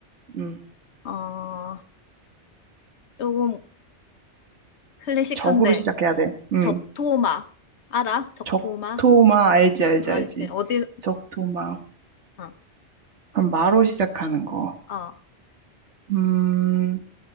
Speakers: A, on the right; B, on the left.
A: 음.
B: 어, 조금 클래식한데,
A: 적으로 시작해야 돼. 음.
B: 적토마. 알아? 적토마?
A: 적토마, 알지, 알지,
B: 알지?
A: 알지.
B: 어디,
A: 적토마.
B: 어,
A: 그럼 마로 시작하는 거.
B: 어,
A: 음,